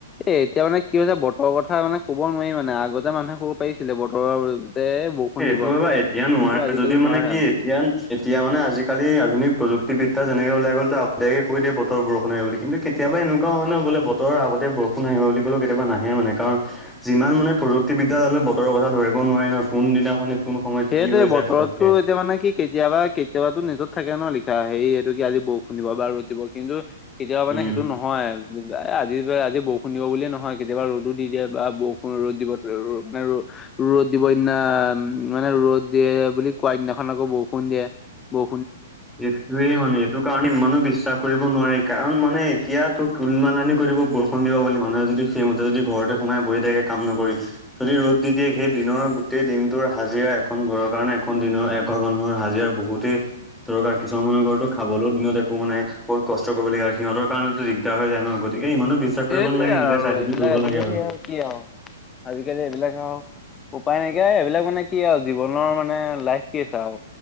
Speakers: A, on the left; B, in the centre.
A: এ এতিয়া মানে কি হৈছে বতৰৰ কথা মানে ক'ব নোৱাৰি মানে আগতে মানুহে ক পাৰিছিলে বতৰৰ যে বৰষুণ
B: এইটো
A: দিব
B: হবা এতিয়া
A: কিন্তু
B: নোৱাৰে
A: আজিকালি
B: যদিও মানে
A: নোৱাৰে
B: কি
A: আৰু।
B: এতিয়া এতিয়া মানে আজিকালি আধুনিক প্ৰযুক্তিবিদ্যা যেনেকে ওলাই গলত আগতীয়ে কৈ দ বৰষুণ হয় বুলি কিন্তু কেতিয়া একুৱা হয় ন বলে বতৰ আগতে বৰষুণ আহ বুলি ক'লেও কেতিয়াবা নাহে মানে কাৰণ যিমান মানে প্ৰযুক্তিবিদ্যা হ'লেও বতৰৰ কথা ধৰিব নোৱাৰি ন কোনদিনাখনি কোন সময়ত
A: সেইটোয়ে
B: কি হৈ যায়
A: বতৰতটো
B: পতককে
A: এতিয়া মানে কি কেতিয়াবা কেতিয়াবাটো নিউজত থাকে ন লিখা সেই এইটো কি আজি বৰষুণ দিব বা ৰ'দ দিব কিন্তু কেতিয়াবা মানে
B: উম
A: সেইটো নহয়। এ আজি পা আজি বৰষুণ দিব বুলিয়ে নহয় কেতিয়াবা ৰ'দো দি দিয়ে বা বৰষুণ ৰ'দ দিব ।ৰ মানে ৰ ৰ'দ দিব সিদিনা মানে ৰ'দ দিয়ে বুলি কোৱা দিনাখন আকৌ বৰষুণ দিয়ে বৰ
B: এইটোয়ে মানে এইটো কাৰণে ইমানো বিশ্বাস কৰিব নোৱাৰি কাৰণ মানে এতিয়াটো কোনোবা নাখনি কৈ দিব বৰষুণ দিব বুলি মানুহে যদি সেইমতে যদি ঘৰতে সোমাই বহি থাকে কাম নকৰি যদি ৰ'দ দি দিয়ে সেই দিনৰ গোটেই দিনটোৰ হাজিৰা এখন ঘৰৰ কাৰণে এখন দিনৰ এঘৰ মানুহৰ হাজিৰা এতিয়া বহুতে দৰকাৰ কিছুমান মানুহৰ ঘৰতটো খাবলৈও দিনত একো মানে বহুত কষ্ট কৰিব লগীয়া হয় সিহঁতৰ কাৰণেটো দিগদাৰ হৈ যায় ন । গতিকে ইমানো বিশ্বাস কৰিব
A: এইটোয়ে
B: নালাগে নিজে
A: আৰু
B: চাই চিতি
A: এইবিলাক
B: কৰিব
A: আজিকালি
B: লাগে
A: আৰু কি আৱ আজিকালি এইবিলাক আৱ উপায় নাইকিয়া এইবিলাক মানে কি আৱ জীৱনৰ মানে লাইফ কি আছে আৱ